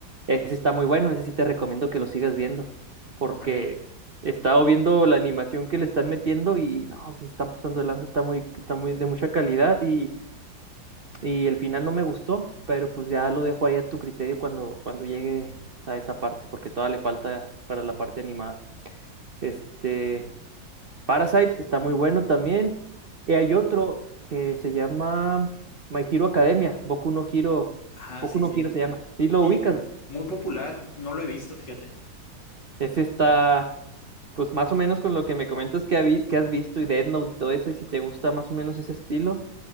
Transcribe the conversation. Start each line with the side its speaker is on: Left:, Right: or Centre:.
Right: Ese está muy bueno, ese sí te recomiendo que lo sigas viendo, porque
Left: órale.
Right: he estado viendo la animación que le están metiendo y no, si se están pasando de lanza, está muy, está muy de mucha calidad y, y el final no me gustó, pero pues ya lo dejo ahí a tu criterio cuando, cuando llegue a esa parte, porque todavía le falta para la parte animada. Este, Parasite está muy bueno también. Y hay otro que se llama My Hero Academia, Boku no Hero,
Left: Ah,
Right: Boku
Left: sí,
Right: no
Left: sí.
Right: Hero se llama. Sí, lo
Left: Sí,
Right: ubicas.
Left: muy popular, no lo he visto, fíjate.
Right: Ese está, pues más o menos con lo que me comentas que, habi- que has visto y Death Note y todo eso, y si te gusta más o menos ese estilo,